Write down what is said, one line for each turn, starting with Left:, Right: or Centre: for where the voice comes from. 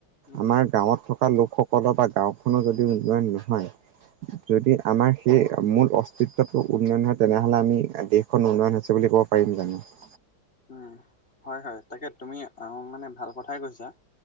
Left: উম
Right: আমাৰ
Left: উম
Right: গাঁৱত থকা লোকসকলৰ বা গাঁওখনো যদি উন্নন নহয় যদি আমাৰ সেই মূল অস্তিত্বটো উন্নয়ন হয় তেনেহ'লে আমি দেশখন উন্নয়ন হৈছে বুলি কওঁ পাৰিম জানো৷
Left: উম হয়-হয় তাকে তুমি আহ মানে ভাল কথাই কৈছা।